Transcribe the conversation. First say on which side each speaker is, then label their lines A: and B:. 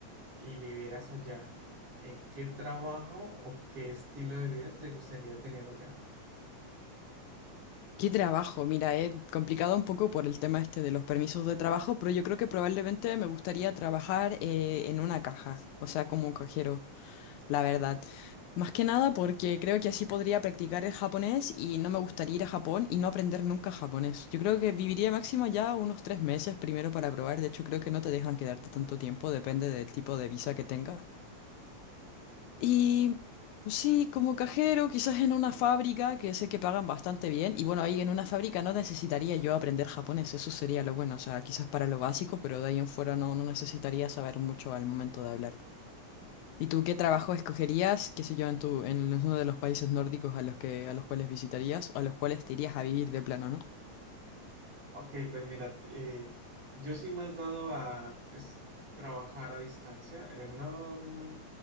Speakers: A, on the right; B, on the left.
A: y vivieras allá, eh, ¿qué trabajo o qué estilo de vida te gustaría tener allá?
B: ¿Qué trabajo? Mira, he complicado un poco por el tema este de los permisos de trabajo, pero yo creo que probablemente me gustaría trabajar eh, en una caja, o sea, como un cajero. la verdad. Más que nada porque creo que así podría practicar el japonés y no me gustaría ir a Japón y no aprender nunca japonés. Yo creo que viviría máximo ya unos tres meses primero para probar. De hecho, creo que no te dejan quedarte tanto tiempo, depende del tipo de visa que tengas. Y sí, como cajero, quizás en una fábrica que sé que pagan bastante bien. Y bueno, ahí en una fábrica no necesitaría yo aprender japonés, eso sería lo bueno. O sea, quizás para lo básico, pero de ahí en fuera no, no necesitaría saber mucho al momento de hablar. ¿Y tú qué trabajo escogerías, qué sé yo, en tu, en uno de los países nórdicos a los que, a los cuales visitarías o a los cuales te irías a vivir de plano, ¿no?
A: Ok, pues mira, eh, yo soy más dado a pues, trabajar a distancia. eh, no,